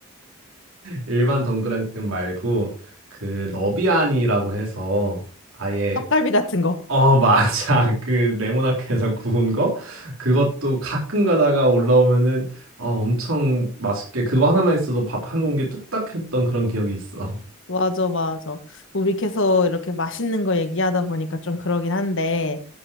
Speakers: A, on the right; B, on the left.
A: 일반 동그랑땡 말고 그 너비아니라고 해서 아예
B: 떡갈비 같은 거.
A: 어 맞아 <laughs> 그 네모나게에서 구운 거 그것도 가끔 가다가 올라오면은 어 엄청 맛있게 그거 하나만 있어도 밥 한 공기 뚝딱 했던 그런 기억이 있어.
B: 맞아, 맞아. 우리 계속 이렇게 맛있는 거 얘기하다 보니까 좀 그러긴 한데,